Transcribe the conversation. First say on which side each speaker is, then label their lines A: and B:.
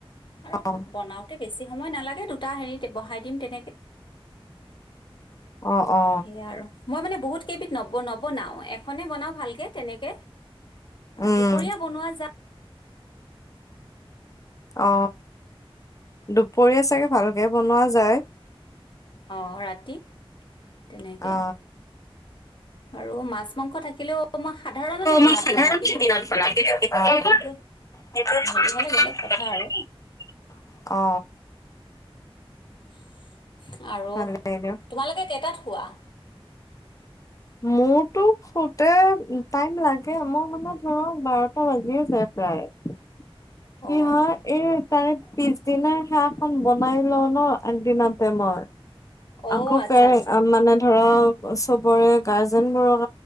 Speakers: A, on the left; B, on the left.
A: আৰু
B: অ
A: বনাওঁতে বেছি সময় নালাগে তো সূতা হেৰিতে বহাই দিম তেনেকে
B: অ অ
A: সেইয়া আৰু মই মানে বহুত কেইবিধ নব নবনাও এখনেই বনাওঁ ভালকে তেনেকে
B: উম
A: দুপৰীয়া বনোৱা যাম
B: অ দুপৰীয়া চাগে ভালকে বনোৱা যায়
A: অঁ ৰাতি তেনেকে
B: অ
A: আৰু মাছ মাংস থাকিলেও মই সাধাৰণতে দিনত
B: মই সাধাৰণতে
A: বনাওঁ কিন্তু
B: দিনত বনাওঁ
A: কিন্তু হেৰি হলে বেলেগ কথা আৰু <inaudible> আৰু
B: ভালে দিয়ক
A: তোমালোকে কেইটাত ৱাহ
B: মোৰতো শুতে টাইম লাগে মোৰ মানে ধৰক বাৰটা বাজিয়ে যায় প্ৰায় কিহয়
A: অ
B: এই তাৰে পিছদিনা হাঁ খন বনাই লওঁ ন আগদিনাতে মৰ।
A: অ
B: আকৌ
A: আচ্ছা
B: পে
A: আচ্ছা
B: মানে ধৰক চবৰে গাৰ্জেনবোৰক